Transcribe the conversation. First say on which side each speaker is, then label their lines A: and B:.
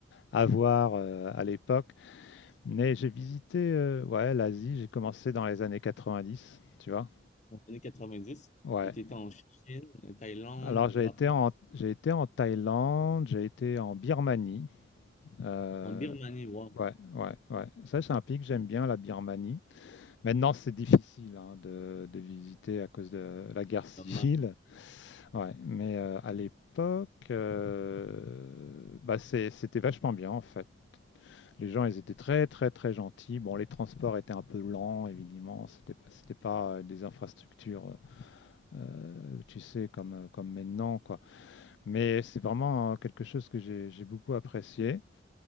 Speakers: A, on the left; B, on the left.
A: avoir euh, à l'époque. Mais j'ai visité euh, ouais, l'Asie, j'ai commencé dans les années 90, tu vois.
B: Dans les années 90,
A: Ouais,
B: et tu étais en Chine, Thaïlande,
A: Alors, j'ai
B: Japon.
A: été en, j'ai été en Thaïlande, j'ai été en Birmanie. Euh,
B: En Birmanie, wow,
A: ouais, ouais, ouais. Ça, c'est un pays que j'aime bien, la Birmanie. Maintenant, c'est difficile hein, de, de visiter à cause de la guerre civile.
B: pas
A: Ouais, mais euh, à l'époque, euh, bah, c'est- c'était vachement bien en fait. Les gens, ils étaient très, très, très gentils. Bon, les transports étaient un peu lents, évidemment. C'était pas, c'était pas euh, des infrastructures, euh, tu sais, comme, comme maintenant, quoi. mais c'est vraiment euh, quelque chose que j'ai j'ai beaucoup apprécié.